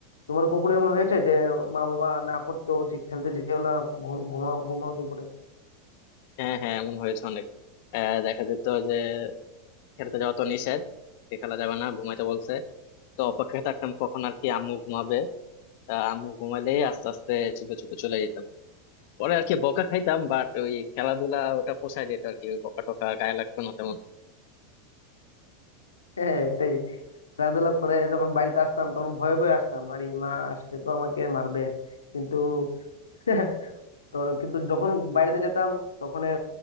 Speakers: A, on the left; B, on the left.
A: তোমার কখনো এমন হয়েছে যে মা বাবা না করতো যে খেলতে যেও না ঘু- ঘুমাও ঘুমাও দুপুরে
B: হ্যাঁ হ্যাঁ এমন হয়েছে অনেক আহ, দেখা যেত যে খেলতে যাওয়া তো নিষেধ যে খেলা যাবে না ঘুমাইতে বলছে তো অপেক্ষায় থাকতাম কখন আর কি আম্মু ঘুমাবে আহ, আম্মু ঘুমাইলেই আস্তে আস্তে চুপে চুপে চলে যেতাম পরে আর কি বকা খাইতাম বাট ওই খেলাধুলা ওটা পোষায় যেত আর কি ওই বকা টকা গায়ে লাগতো না তেমন
A: হ্যাঁ এটাই খেলাধুলা করে যখন বাড়িতে আসতাম তখন ভয়ে ভয়ে আসতাম আরে মা আজকে তো আমাকে মারবে কিন্তু <laughs> তো কিন্তু যখন বাইরেতে যেতাম তখন এ